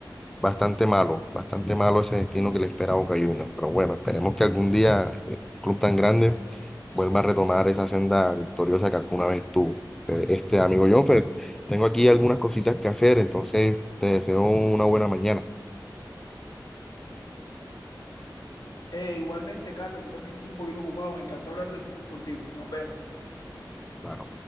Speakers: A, in the centre; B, on the left (about 65°).
A: Bastante malo, bastante malo ese destino que le espera a Boca Juniors. Pero bueno, esperemos que algún día eh, un club tan grande vuelva a retomar esa senda victoriosa que alguna vez tuvo. Eh, Este amigo Jonfer, tengo aquí algunas cositas que hacer, entonces te deseo una buena mañana.
B: Eh, igualmente, Carlos, yo también estoy un poquito ocupado. Me encantó hablar de fútbol contigo. Nos vemos.
A: Claro.